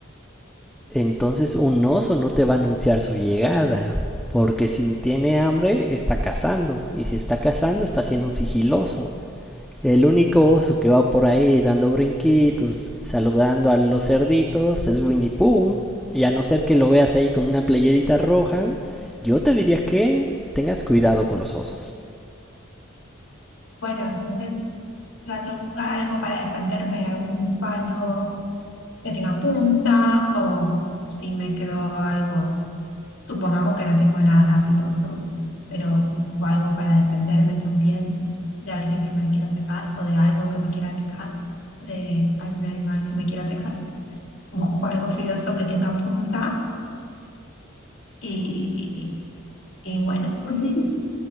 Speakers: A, in the centre; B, on the left.
A: Entonces un oso no te va a anunciar su llegada, porque si tiene hambre está cazando, y si está cazando está siendo sigiloso. El único oso que va por ahí dando brinquitos, saludando a los cerditos, es Winnie Pooh. Y a no ser que lo veas ahí con una playerita roja, yo te diría que tengas cuidado con los osos.
B: Bueno, entonces Trato de buscar algo para defenderme, algún palo que tenga punta o si me quedó algo, supongamos que no tengo nada filoso, pero busco algo para defenderme también de alguien que me quiera atacar o de algo que me quiera atacar, de algún animal que me quiera atacar. Busco algo filoso que tenga punta y, y, y bueno, <laughs>